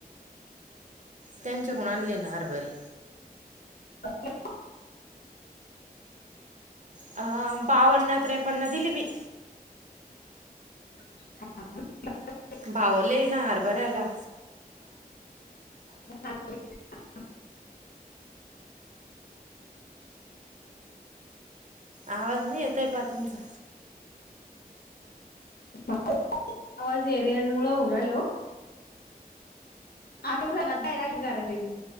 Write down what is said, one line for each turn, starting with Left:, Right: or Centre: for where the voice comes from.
Right: त्यांचे कडून आणले ना हरभरे
Left: <unintelligible>
Right: अ... बावन्न, त्रेपन्न दिली बाई
Left: ह <unintelligible>
Right: पावले ना हरभरयाला
Left: ह <unintelligible>
Right: आवाज नाही येतय बा तुमचा
Left: <unintelligible> आवाज एरियन मुळ <unintelligible> होऊन राहील हो. आता येवून राहिलात काय <unintelligible>